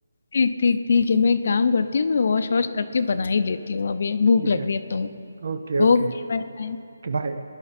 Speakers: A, on the left (about 50°); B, on the right (about 65°).
A: ठीक ठीक ठीक है मैं एक काम करती हूँ मैं वॉश वॉश करती हूँ बना ही लेती हूँ अब ये भूख
B: ठीक
A: लग
B: है
A: रही है अब तो
B: ओके ओके
A: Okay bye bye
B: बाय